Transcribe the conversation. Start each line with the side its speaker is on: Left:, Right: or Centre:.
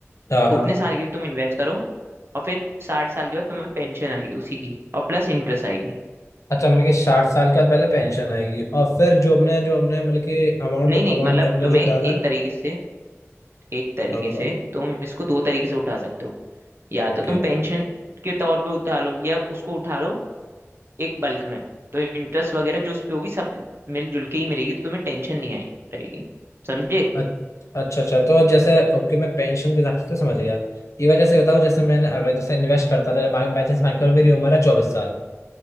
Left: हाँ हाँ
Right: उतने साल के लिए तुम इन्वेस्ट करो और फिर साठ साल के बाद तुम्हें पेंशन आएगी उसी की और प्लस इंटरेस्ट आएगी
Left: अच्छा मतलब कि साठ साल के बाद पहले पेंशन आएगी और फिर जो हमने जो हमने मतलब कि अमाउंट
Right: नहीं नहीं
Left: अमाउंट
Right: मतलब
Left: हमने
Right: तुम्हें
Left: जो डाला
Right: एक
Left: है
Right: तरीके से एक तरीके
Left: हाँ बताओ
Right: से तुम इसको दो तरीके से उठा सकते हो या तो
Left: ओके
Right: तुम पेंशन के तौर पे उठा लो या उसको उठा लो एक बल्क में तो इंटरेस्ट वगैरह जो उस पे होगी सब मिलजुल के ही मिलेगी तो तुम्हें टेंशन नहीं आई रहेगी समझे
Left: अच- अच्छा अच्छा तो जैसे ओके मैं पेंशन के हिसाब से तो समझ गया ये वजह से बताओ जैसे मैंने अगर जैसे इन्वेस्ट करता रहा बाई चांस मान के चलो मेरी उम्र है चौबीस साल